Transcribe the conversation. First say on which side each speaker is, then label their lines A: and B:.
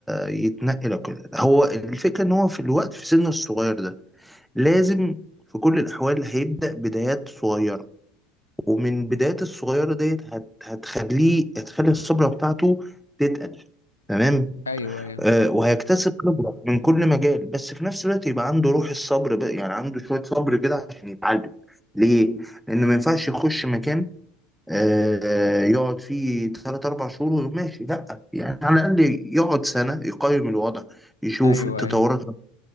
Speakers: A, in the centre; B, on the left (about 85°).
A: يتنقل وكده هو الفكرة ان هو في الوقت في سنه الصغير ده لازم في كل الاحوال هيبدأ بدايات صغيرة ومن بدايات الصغيرة ديت هت- هتخليه هتخلي الخبرة بتاعته تتقل تمام
B: ايوه ايوه
A: آه وهيكتسب خبرة من كل مجال بس في نفس الوقت يبقى عنده روح الصبر بقى يعني عنده شوية صبر كده عشان يتعلم ليه؟ لأنه ما ينفعش يخش مكان آه آه، يقعد فيه تلات أربع شهور ويقوم ماشي لأ يعني على الأقل يقعد سنة يقيم الوضع يشوف
B: ايوه
A: التطورات
B: ايوه